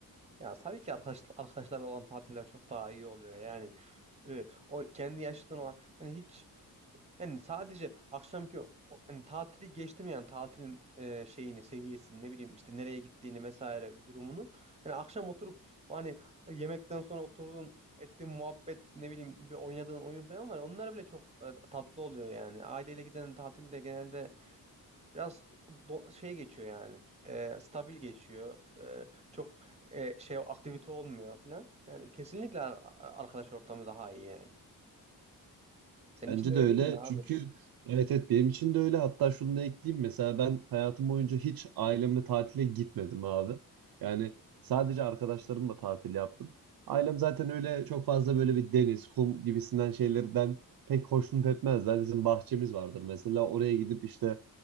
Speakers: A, on the right; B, on the right.
A: Ya tabii ki arkadaş, arkadaşlarla olan tatiller çok daha iyi oluyor yani. e, o kendi yaşıtın olan hani hiç yani sadece akşamki o- hani tatili geçtim yani tatilin e, şeyini seviyesini ne bileyim işte nereye gittiğini vesaire bir durumunu hani akşam oturup o hani yemekten sonra oturduğun ettiğin muhabbet ne bileyim bir oynadığın oyun falan var onlar bile çok e, tatlı oluyor yani aileyle giden tatilde genelde biraz do- şey geçiyor yani E, stabil geçiyor E, çok e, şey aktivite olmuyor falan yani kesinlikle ar- arkadaş ortamı daha iyi yani. Senin
B: Bence
A: için de öyle
B: de öyle.
A: değil mi abi?
B: Çünkü evet evet benim için de öyle. Hatta şunu da ekleyeyim. Mesela ben hayatım boyunca hiç ailemle tatile gitmedim abi. Yani sadece arkadaşlarımla tatil yaptım. Ailem zaten öyle çok fazla böyle bir deniz, kum gibisinden şeylerden pek hoşnut etmezler. Bizim bahçemiz vardır mesela. Oraya gidip işte